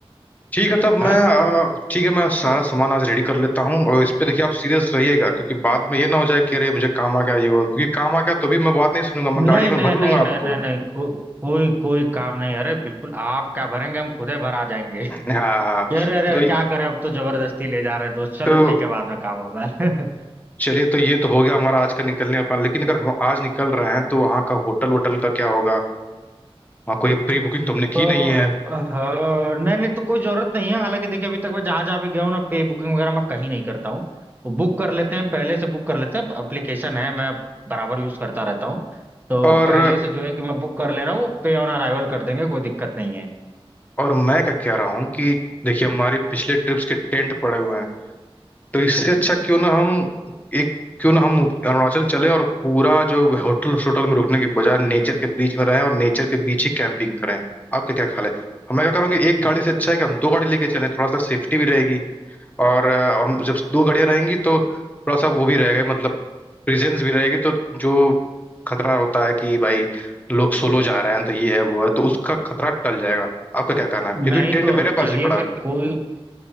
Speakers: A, on the left; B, on the right.
A: ठीक है तब
B: हाँ।
A: मैं अ, ठीक है मैं सारा सामान आज रेडी कर लेता हूँ और इस पे देखिए आप सीरियस रहिएगा क्योंकि बाद में ये ना हो जाए कि अरे मुझे काम आ गया ये वो क्योंकि काम आ गया तो भी मैं बात नहीं सुनूंगा
B: नहीं
A: मैं गाड़ी में
B: नहीं
A: भर
B: नहीं
A: लूंगा आपको
B: नहीं नहीं नहीं को, कोई कोई काम नहीं अरे बिल्कुल आप क्या भरेंगे हम खुद ही भरा जाएंगे <laughs> कि
A: हाँ
B: अरे अरे
A: तो
B: क्या करें अब तो जबरदस्ती ले जा रहे हैं दोस्त चलो
A: तो
B: ठीक है बाद में काम होगा <laughs>
A: चलिए तो ये तो हो गया हमारा आज का निकलने का plan। लेकिन अगर हम आज निकल रहे हैं तो वहाँ का होटल वोटल का क्या होगा वहाँ कोई प्री बुकिंग तो हमने
B: तो
A: की नहीं है
B: हाँ नहीं नहीं तो कोई जरूरत नहीं है हालांकि देखिए अभी तक मैं जहां जहां भी गया हूँ ना पे बुकिंग वगैरह मैं कहीं नहीं करता हूँ तो बुक कर लेते हैं पहले से बुक कर लेते हैं एप्लीकेशन है मैं बराबर यूज करता रहता हूँ तो
A: और
B: पहले से जो है कि मैं बुक कर ले रहा हूँ पे ऑन अराइवल कर देंगे कोई दिक्कत नहीं है
A: और मैं क्या कह रहा हूँ कि देखिए हमारी पिछले ट्रिप्स के टेंट पड़े हुए हैं तो इससे अच्छा क्यों ना हम एक क्यों ना हम अरुणाचल चले और पूरा जो होटल होटल में रुकने के बजाय नेचर के बीच में रहें और नेचर के बीच ही कैंपिंग करें आपका क्या ख्याल है हम मैं क्या कह रहा हूँ कि एक गाड़ी से अच्छा है कि हम दो गाड़ी लेके चलें थोड़ा सा सेफ्टी भी रहेगी और अ, हम जब दो गाड़ियाँ रहेंगी तो थोड़ा सा वो भी रहेगा मतलब प्रेजेंस भी रहेगी तो जो खतरा होता है कि भाई लोग सोलो जा रहे हैं तो ये है वो है तो उसका खतरा टल जाएगा आपका क्या कहना है क्योंकि
B: नहीं
A: टेंट
B: तो
A: मेरे
B: चलिए
A: पास भी पड़ा
B: फिर
A: है
B: कोई